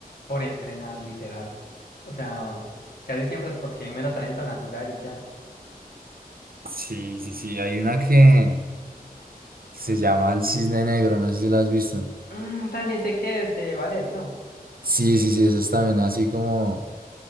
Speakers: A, on the left; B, on the right.
A: por entrenar, literal. O sea, casi siempre es porque hay mero talento natural y ya.
B: Sí, sí, sí, hay una que que se llama El Cisne Negro, no sé si la has visto.
A: Mm, dale, sé que es de ballet, ¿no?
B: Sí, sí, sí, eso es también así como